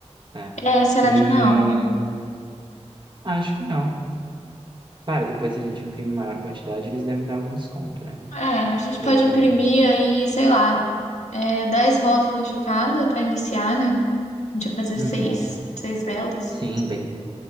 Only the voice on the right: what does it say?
né?
E
acho que não. Para depois se a gente imprimir maior quantidade, eles devem dar algum desconto, né?
Provavelmente.
Uhum.
Sim, bem,